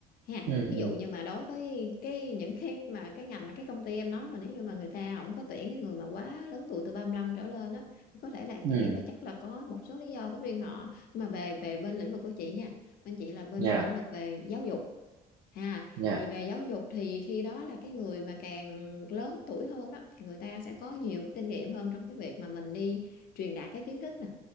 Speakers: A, on the left; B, on the right.
A: ha
B: ừ
A: thí
B: ừ
A: dụ như mà đối với cái những cái mà cái ngành mà cái công ty em nói mà nếu như mà người ta không có tuyển cái người mà quá lớn tuổi từ 35 trở lên đó thì có thể là
B: ừ
A: chị nghĩ là chắc là có một số lý do của riêng họ nhưng mà về về bên lĩnh vực của chị nha bên chị là bên
B: dạ
A: cái lĩnh vực về giáo dục ha
B: dạ
A: thì về giáo dục thì khi đó là cái người mà càng lớn tuổi hơn đó thì người ta sẽ có nhiều cái kinh nghiệm hơn trong cái việc mà mình đi truyền đạt cái kiến thức nè